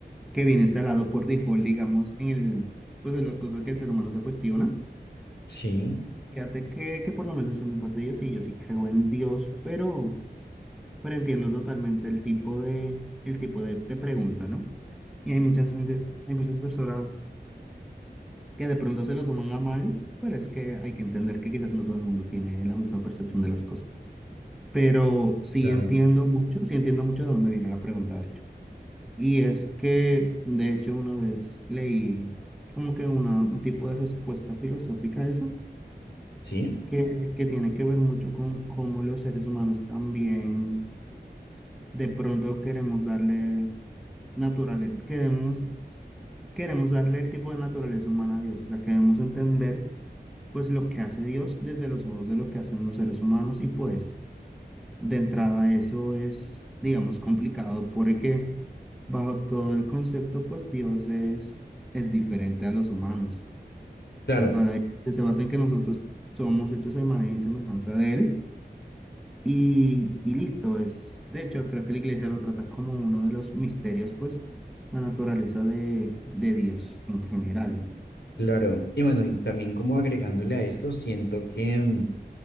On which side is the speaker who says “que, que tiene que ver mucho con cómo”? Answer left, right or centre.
Centre